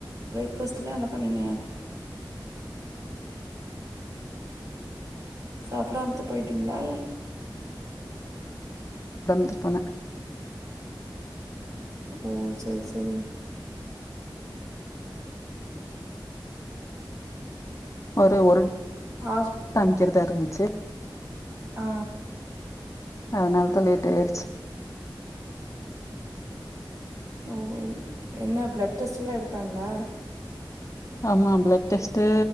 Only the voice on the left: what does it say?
<unintelligible> போனே
ஒரு ஒரு
காமிக்கிறதா இருந்துச்சு
அதுனாலதா லேட் ஆயிடுச்சு
ஆமா ப்ளட் டெஸ்ட்டு